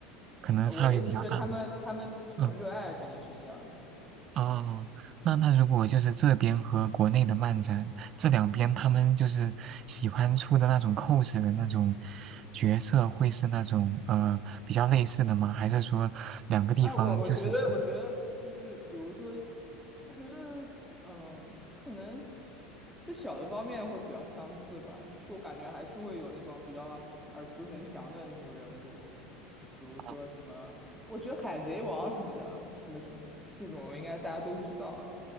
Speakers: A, on the right (about 45°); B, in the centre.
A: 可能差别比较大嘛。
B: 呃我的意思是，他们他们这种热爱肯定是一样的。
A: 嗯，哦，那那如果就是这边和国内的漫展这两边，他们就是喜欢出的那种 cos 的那种角色，会是那种呃比较类似的吗？还是说两个地方就是喜欢？
B: 哎，我我觉得，我觉得就是，比如说，我觉得，嗯，可能在小的方面会比较相似吧。就是我感觉还是会有那种比较耳熟能详的那种人物，就比如说什么，
A: 哦
B: 我觉得《海贼王》什么的，什么什么这种，应该大家都知道。